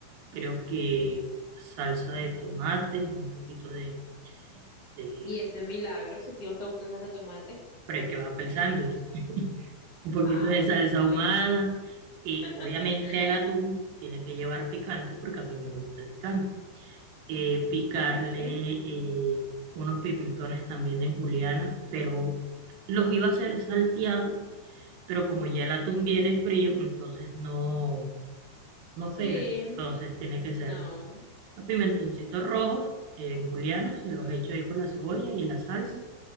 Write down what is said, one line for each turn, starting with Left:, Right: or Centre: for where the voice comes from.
Right: creo que salsa de tomate, un poquito de, de,
Left: Y ese milagro, si tiene otra salsa de tomate.
Right: pero es que va para el sándwich, <laughs> un poquito
Left: Ah,
Right: de
Left: bueno,
Right: salsa
Left: está
Right: ahumada
Left: bien.
Right: y
Left: <laughs>
Right: obviamente el atún tiene que llevar picante porque a mí me gusta el picante. Eh,
Left: Mm,
Right: picarle
Left: Vale.
Right: eh, unos pimentones también en juliana, pero los iba a hacer salteados, pero como ya el atún viene frío, entonces no, no
Left: Sí.
Right: pega, entonces tiene que
Left: No.
Right: ser Los pimentoncitos rojos en juliana, se los echo ahí con la cebolla y la salsa.